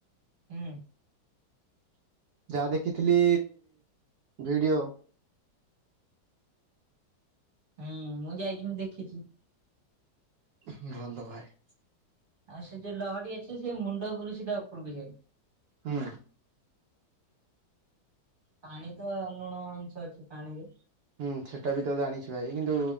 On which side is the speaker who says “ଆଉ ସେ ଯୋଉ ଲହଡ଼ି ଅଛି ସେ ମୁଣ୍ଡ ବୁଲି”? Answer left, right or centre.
Right